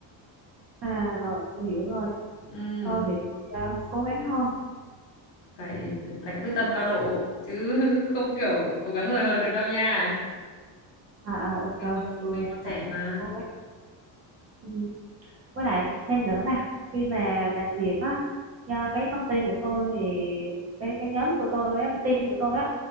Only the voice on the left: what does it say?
ừ,
phải phải quyết tâm cao độ chứ <laughs> không kiểu cố gắng hời hợt được đâu nha
mình còn
mình còn trẻ
mà